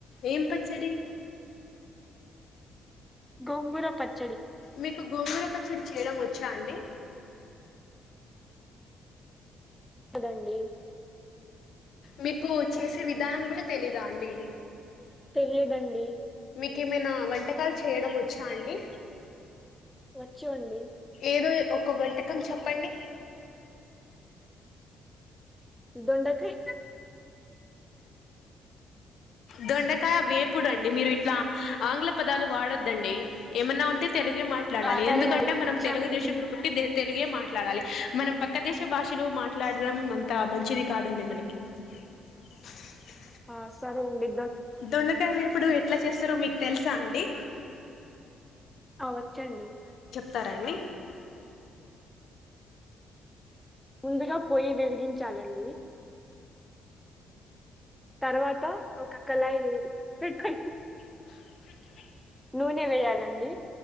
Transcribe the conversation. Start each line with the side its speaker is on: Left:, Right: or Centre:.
Left: ఏం పచ్చడి?
Centre: గోంగూర పత్
Left: మీకు గోంగూర పచ్చడి చేయడం వచ్చా అండి?
Centre: కదండి
Left: మీకు చేసే విధానం గూడా తెలీదా అండి?
Centre: తెలియదండి
Left: మీకెమైనా వంటకాలు చేయడం ఒచ్చా అండి?
Centre: వచ్చండి
Left: ఏదో ఒక వంటకం చెప్పండి?
Centre: దొండకాయ్
Left: దొండకాయ వేపుడండి మీరు ఇట్లా ఆంగ్ల పదాలు వాడొద్దండి. ఏమన్నా ఉంటే తెలుగే మాట్లాడాలి,
Centre: ఆ సరే
Left: ఎందుకంటే
Centre: అండి
Left: మనం
Centre: క్షమించండి
Left: తెలుగుదేశంలో పుట్టి, బె తెలుగే మాట్లాడాలి మనం పక్క దేశ భాషలు మాట్లాడదం అంత మంచిది కాదండి మనకి. <unintelligible>
Centre: ఆ సరే అండి
Left: దొండకాయ వేపుడు ఎట్ల చేస్తరో మీకు తెలుసా అండి?
Centre: ఆ వచ్చండి
Left: తరండి
Centre: ముందుగా పోయి వెలిగించాలండి తర్వాత ఒక కళయి వేడి పెట్కొని
Left: <unintelligible>
Centre: నూనె వేయాలండి